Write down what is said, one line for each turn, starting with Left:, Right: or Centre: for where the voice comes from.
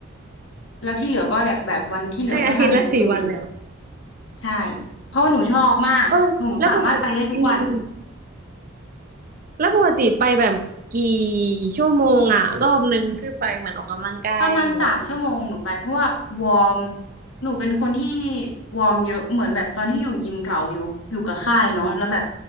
Left: แล้วที่เหลือก็แบบแบบวันที่เหลือก็ทำอย่างอื่น
Right: ให้อาทิตย์ละสี่วันเลยเหรอ
Left: ใช่เพราะว่าหนูชอบมากหนูสามารถไปได้ทุกวัน
Right: เออแล้วปกติอืมอืมแล้วปกติไปแบบกี่ชั่วโมงอ่ะรอบนึงที่ไปเหมือนออกกำลังกายอะไรอย่างเงี้ย
Left: ประมาณสามชั่วโมงหนูไปเพราะว่าวอร์มหนูเป็นคนที่วอร์มเยอะเหมือนแบบตอนที่อยู่ยิมเก่าอยู่อยู่กับค่ายเนาะแล้วแบบ